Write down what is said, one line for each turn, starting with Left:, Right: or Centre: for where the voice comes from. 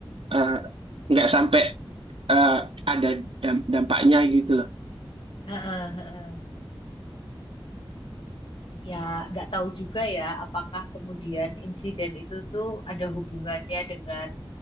Right: eh, nggak sampai eh, ada dam- dampaknya gitu loh.
Left: Heeh, heeh. Ya, nggak tahu juga ya apakah kemudian insiden itu tuh ada hubungannya dengan